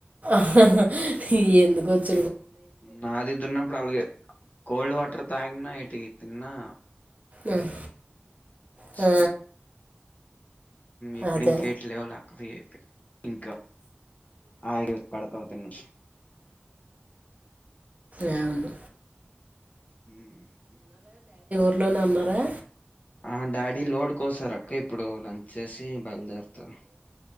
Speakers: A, on the right; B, on the left.
A: అహహా ఎందుకొచ్చు
B: నాది దున్నప్పుడు అదే కోల్డ్ వాటర్ తాగినా ఏటికి తిన్నా
A: ఉమ్
B: వస్తుంది
A: ఆ
B: ఇప్పుడు
A: అదే
B: ఇంకట్లేవులా అక్క ఫ్రీ అయిపోయి ఇంకా ఆగు పడతావు తను
A: ఏముంది
B: ఉమ్ ఉహూ
A: ఇంట్లోనే ఉన్నారా
B: ఆ డాడీ లోడ్ కోసారు అక్క ఇప్పుడు లంచ్ చేసి బయలుదేరతారు